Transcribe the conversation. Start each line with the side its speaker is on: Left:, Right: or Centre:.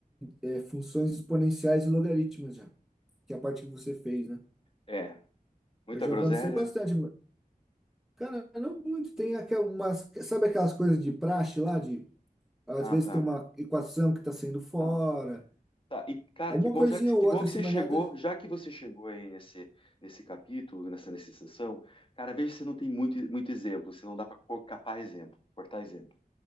Centre: é, funções exponenciais e logaritmas já, que é a parte que você fez, né?
Left: é. Muita
Centre: Eu já
Left: groselha?
Centre: avancei bastante, mas, cara, não muito. Tem aquelas, sabe aquelas coisas de praxe lá, de às
Left: Ah,
Centre: vezes
Left: tá.
Centre: tem uma equação que está saindo fora,
Left: Tá. Tá. E, cara,
Centre: alguma
Left: que bom,
Centre: coisinha
Left: já que,
Centre: ou
Left: que
Centre: outra
Left: bom que
Centre: assim,
Left: você
Centre: mas
Left: chegou,
Centre: nada.
Left: já que você chegou aí nesse, nesse capítulo, nessa, nessa sessão, cara, veja se não tem muito, muito exemplo, se não dá para capar exemplo, cortar exemplo.